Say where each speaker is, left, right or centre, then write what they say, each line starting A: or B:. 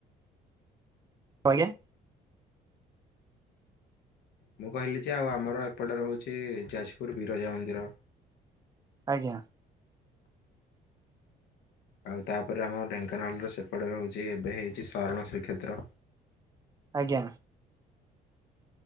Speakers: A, on the right (about 20°); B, on the left (about 75°).
A: କଁ ଆଜ୍ଞା।
B: ମୁଁ କହିଲି ଯେ ଆଉ ଆମର ଏପଟେ ରହୁଛି ଯାଜପୁର ବିରଜା ମନ୍ଦିର।
A: ଆଜ୍ଞା।
B: ଆଉ ତାପରେ ଆମ ଢେଙ୍କାନାଳ ର ସେପଟେ ରହୁଛି, ଏବେ ହେଇଛି ଶରଣ ଶ୍ରୀକ୍ଷେତ୍ର।
A: ଆଜ୍ଞା।